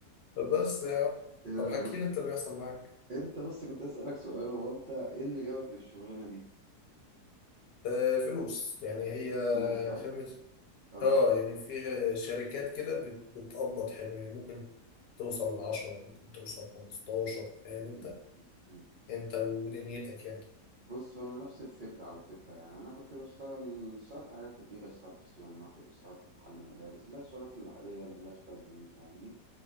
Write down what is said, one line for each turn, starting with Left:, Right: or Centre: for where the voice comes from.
Left: بس يا عم
Right: اه،
Left: طب حكي
Right: ب-
Left: لي انت اللي بيحصل معاك
Right: انت بس كنت اسالك سؤال هو انت ايه اللي جابك للشغلانه دي
Left: آه، الفلوس يعني هي
Right: الفلوس ها
Left: خدمة
Right: اه
Left: اه يعني في شركات كده بت- بتقبض حلو يعني ممكن توصل لعشرة ممكن توصل خمستاشر فاهم انت
Right: مم.
Left: انت ودنيتك يعني
Right: بص انا نفس الفكره على فكره يعني انا كنت بشتغل اشتغلت حاجات كتير اشتغلت في سوبر ماركت اشتغلت في محل ملابس اللي هي الشغلات العاديه اللي ملهاش لازمه دي فاهمني